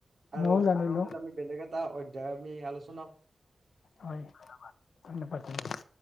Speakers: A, on the right; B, on the left.
A: আৰু
B: ময়ও জানিলো
A: পিছত আমি বেলেগ এটা অধ্যায় আমি আলো
B: হয় ধন্যবাদ ধন্যবাদ।